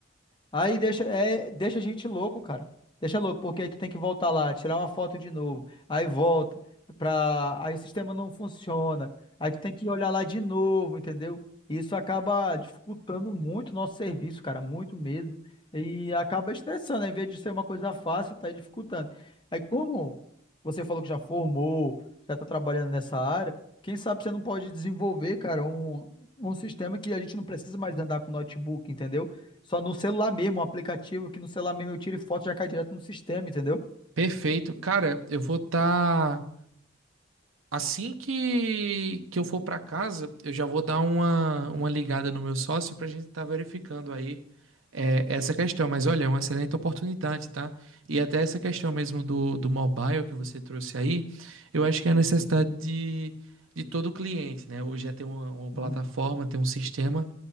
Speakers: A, on the left; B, on the right.
A: Aí deixa, é, deixa a gente louco, cara. Deixa louco, porque aí tu tem que voltar lá, tirar uma foto de novo. Aí volta pra. Aí o sistema não funciona. Aí tu tem que olhar lá de novo, entendeu? Isso acaba dificultando muito o nosso serviço, cara, muito mesmo. E acaba estressando, em vez de ser uma coisa fácil, tá aí dificultando. Aí como você falou que já formou, já tá trabalhando nessa área, quem sabe você não pode desenvolver, cara, um, um sistema que a gente não precisa mais andar com notebook, entendeu? Só no celular mesmo, um aplicativo que no celular mesmo eu tiro e foto e já cai direto no sistema, entendeu?
B: Perfeito. Cara, eu vou estar Tá... Assim que, que eu for para casa, eu já vou dar uma, uma ligada no meu sócio para a gente estar verificando aí é, essa questão. Mas olha, é uma excelente oportunidade, tá? E até essa questão mesmo do, do mobile que você trouxe aí, eu acho que é a necessidade de, de todo cliente, né? Hoje já tem uma, uma plataforma,
A: Uhum,
B: tem um sistema